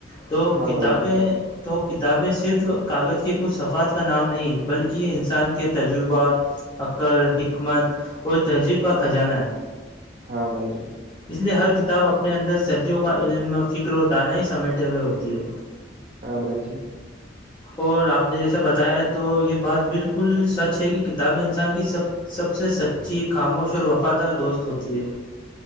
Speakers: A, on the left; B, on the right.
A: تو
B: ہاں
A: کتابیں
B: بھائی جان
A: تو کتابیں صرف کاغذ کے کچھ صفحات کا نام نہیں بلکہ یہ انسان کے تجربات عقر حکمت اور تہذیب کا خجانہ ہے
B: ہاں بائی جان
A: اس لیے ہر کتاب آپ اپنے اندر صدیوں کا علم فکر و دانائی سمیٹے ہوئے ہوتی ہے
B: ہاں بائی ج
A: اور آپ نے جیسا بتایا تو یہ بات بالکل سچ ہے کہ کتاب انسان کی سب سب سے سچی خاموش اور وفادار دوست ہوتی ہے